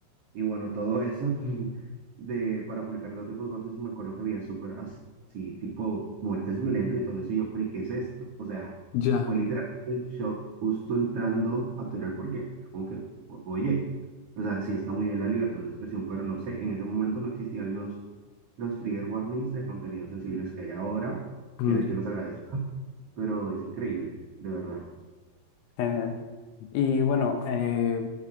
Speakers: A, on the right; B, on the left.
A: y bueno, todo eso <laughs> de, para publicar todo tipo de cosas, y me acuerdo que había súper as- así, tipo muertes violentas y todo eso, y yo, pero ¿y qué es esto? O sea,
B: Ya.
A: fue literalmente el shock justo entrando a Twitter porque es como que, o- oye, o sea, sí está muy bien la libertad de expresión, pero no sé, en ese momento no existían los, los trigger warnings de contenidos sensibles que hay ahora,
B: Mm.
A: que de hecho los agradezco, <laughs> pero es increíble, de verdad.
B: Genial. Y bueno, eh,